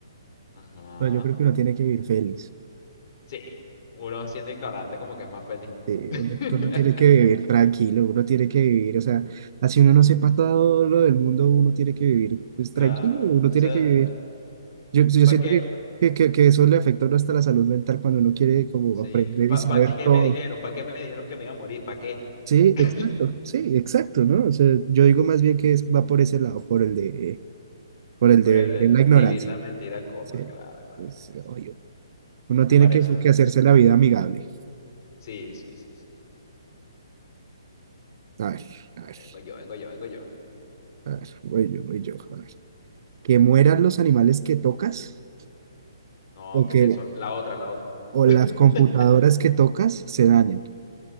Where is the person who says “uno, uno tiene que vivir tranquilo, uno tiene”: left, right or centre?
Right